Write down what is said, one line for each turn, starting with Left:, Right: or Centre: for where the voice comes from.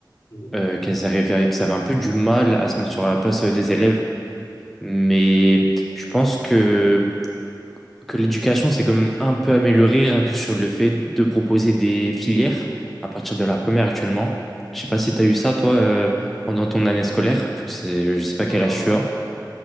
Left: Mhm.
Centre: euh, qu'elles arrivaient, qu'elles avaient un peu du mal à se mettre sur la place euh, des élèves. Mais je pense que, que l'éducation s'est quand même un peu améliorée rien que sur le fait de proposer des filières à partir de la
Left: Mhm.
Centre: première actuellement. Je sais pas si tu as eu ça, toi, euh, pendant ton année scolaire, vu que c'est, je sais pas quel
Left: Euh,
Centre: âge tu as.